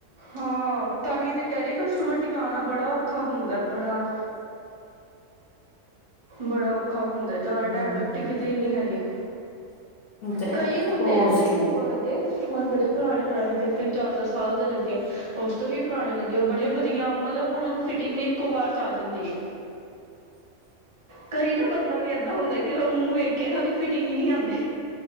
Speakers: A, on the right; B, on the left.
A: ਹਾਂ ਤਾਂ ਹੀ ਤਾਂ ਕਹਿ ਰਹੀ ਕਸਟਮਰ ਟਿਕਾਣਾ ਬੜਾ ਔਖਾ ਹੁੰਦਾ ਬੜਾ ਬੜਾ ਔਖਾ ਹੁੰਦਾ ਜ਼ਿਆਦਾ
B: ਹੂੰ
A: ਟਾਈਮ ਤੱਕ ਟਿਕਦੇ ਹੀ ਨਹੀਂ ਹੈਗੇ
B: ਉਹ ਤੇ
A: ਕਈ
B: ਹੈ ਜੀ
A: ਹੁੰਦੇ
B: ਹੋਰ
A: ਆ ਕਈ
B: ਸੁਣਾ
A: ਮੇਰੇ ਕੋਲ ਲੱਗੇ ਹੁਣ ਬੜੇ ਪੁਰਾਣੇ ਪੁਰਾਣੇ ਤਿੰਨ ਤਿੰਨ ਚਾਰ ਚਾਰ ਸਾਲ ਦੇ ਲੱਗੇ ਉਸ ਉਸ ਤੋਂ ਵੀ ਪੁਰਾ ਲੱਗੇ ਉਹ ਬੜੇ ਵਧੀਆ ਮਤਲਬ ਉਹਨਾਂ ਨੂੰ ਫਿਟਿੰਗ ਵੀ ਇੱਕੋ ਵਾਰ ਚ ਆ ਜਾਂਦੀ ਏ ਕਈ ਨਾ ਬੰਦਾ ਵੀ ਏਦਾਂ ਹੁੰਦਾ ਕਿ ਉਹ ਦਾ ਮੂੰਹ ਵੇਖ ਕੇ ਉਹਦੀ ਫਿਟਿੰਗ ਹੀ ਨਹੀਂ ਆਦੀ